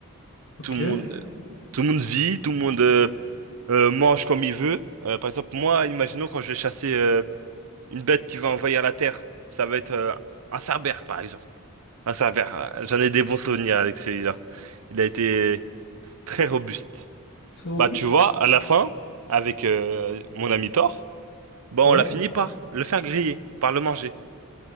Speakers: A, on the left; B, on the right.
A: Ok,
B: Tout le monde, euh, tout le monde vit, tout le monde. euh, euh, mange comme il veut. Euh, par exemple, moi, imaginons quand je vais chasser euh, une bête qui va envahir la Terre, ça va être euh, un cerbère, par exemple. Un cerbère, euh, j'en ai des bons souvenirs avec celui-là. Il a été très robuste.
A: c'est robuste.
B: Bah, tu vois, à la fin, avec euh, mon ami Thor, bah,
A: Ouais,
B: on l'a fini par le faire griller, par le manger.